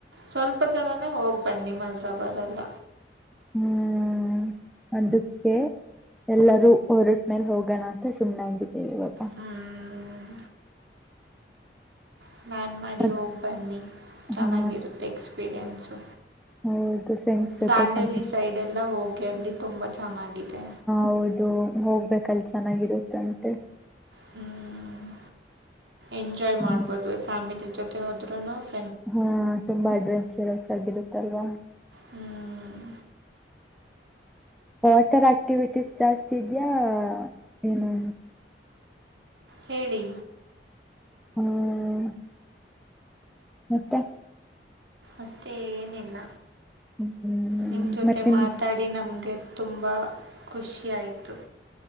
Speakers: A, on the right; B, in the centre.
A: ಸ್ವಲ್ಪ ಜನಾನೇ ಹೋಗ್ ಬನ್ನಿ ಮಜಾಬರ್ಲ್ಲ
B: ಹ್ಮ್ ಅದಕ್ಕೆ ಎಲ್ಲರೂ ಹೊರಟ್ಮೇಲೆ ಹೋಗೋಣ ಅಂತ ಸುಮ್ನಾಗ್ಬಿಟ್ವಿ <unintelligible>
A: ಹ್ಮ್ ಪ್ಲಾನ್ ಮಾಡಿ
B: ಮತ್
A: ಹೋಗಿ ಬನ್ನಿ ಚೆನ್ನಾಗಿರುತ್ತೆ
B: ಹಾ
A: ಎಕ್ಸ್ಪೀರಿಯೆನ್ಸು
B: ಹೌದು ಫ್ರೆಂಡ್ಸ್ ಜೊತೆ
A: ದಾಂಡೇಲಿ
B: ಚೆನ್ನಾಗಿತ್ತು
A: ಸೈಡ್ ಎಲ್ಲ ಹೋಗಿ ಅಲ್ಲಿ ತುಂಬ ಚೆನ್ನಾಗಿದೆ
B: ಹೌದು ಹೋಗ್ಬೇಕಲ್ ಚೆನ್ನಾಗಿರುತ್ತಂತೆ
A: ಹ್ಮಞ ಎಂಜಾಯ್
B: ಹ್ಮ್
A: ಮಾಡ್ಬೋದು ಫ್ಯಾಮಿಲಿ ಜೊತೆಭದ್ರನಾಥ್
B: ಹಾ ತುಂಬಾ ಅಡ್ವೆಂಚರಸ್ ಆಗಿರುತ್ತಲ್ವಾ
A: ಹ್ಮ್
B: ವಾಟರ್ ಆಕ್ಟಿವಿಟೀಸ್ ಜಾಸ್ತಿ ಇದ್ಯಾ ಏನು
A: ಹೇಳಿ
B: ಹ್ಮ್ ಮತ್ತೆ
A: ಅಷ್ಟೇ ಏನಿಲ್ಲ
B: ಹ್ಮ್
A: ನಿಮ್ ಜೊತೆ
B: ಮತ್ತೆ
A: ಮಾತಾಡಿ
B: ನಿಮ್
A: ನಮ್ಗೆ ತುಂಬಾ ಖುಷಿ ಆಯ್ತು